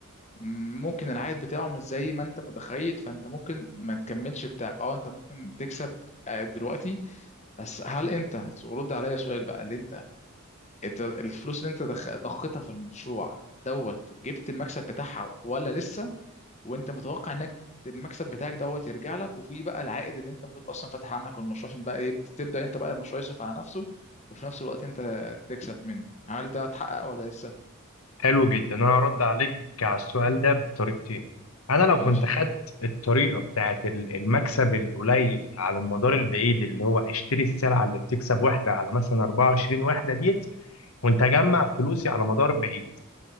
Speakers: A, on the left; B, on the left.
A: م- ممكن العائد بتاعه مش زي ما انت متخيل فانت ممكن ما تكملش بتاعك اه انت ممكن بتكسب آه، دلوقتي بس هل انت رد عليا سؤال بقى اللي انت انت الفلوس اللي انت دخ- ضختها في المشروع دوت جبت المكسب بتاعها ولا لسه وانت متوقع انك المكسب بتاعك دوت يرجع لك وفي بقى العائد اللي انت المفروض اصلا فاتح عنك المشروع عشان بقى يبدا تبدا انت بقى المشروع يصرف على نفسه وفي نفس الوقت انت تكسب منه هل ده اتحقق ولا لسه
B: حلو جدا انا هرد عليك على السؤال ده بطريقتين انا لو
A: ماشي
B: كنت خدت الطريقه بتاعت ال- المكسب القليل على المدار البعيد اللي هو اشتري السلعه اللي بتكسب وحده على مثلا 24 وحده ديت وانت اجمع فلوسي على مدار بعيد